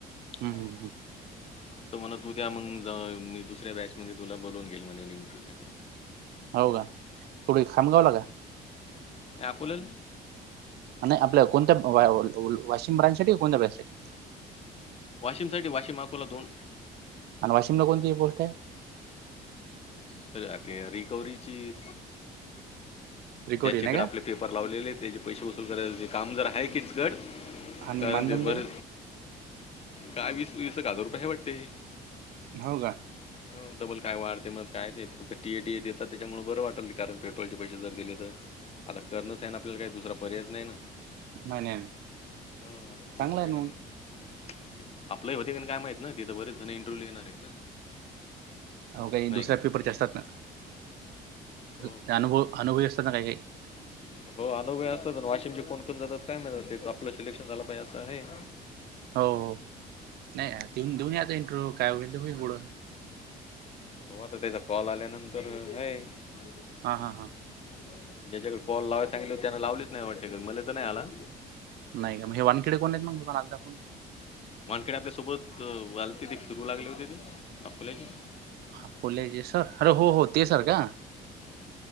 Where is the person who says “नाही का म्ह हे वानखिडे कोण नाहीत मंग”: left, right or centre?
Right